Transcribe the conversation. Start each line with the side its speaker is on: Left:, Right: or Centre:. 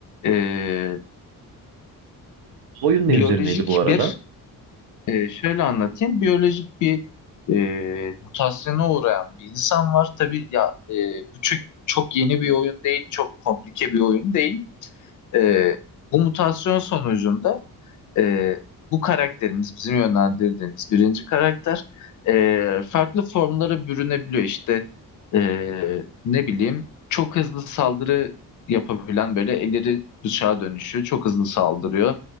Left: Ee,
Right: Oyun ne
Left: biyolojik
Right: üzerineydi bu arada?
Left: bir Ee, şöyle anlatayım. Biyolojik bir e, mutasyona uğrayan bir insan var. Tabii ya e, bu çok, çok yeni bir oyun değil, çok komplike bir oyun değil. Ee, bu mutasyon sonucunda e, bu karakterimiz, bizim yönlendirdiğimiz birinci karakter e, farklı formlara bürünebiliyor. İşte e, ne bileyim çok hızlı saldırı yapabilen böyle elleri bıçağa dönüşüyor. Çok hızlı saldırıyor.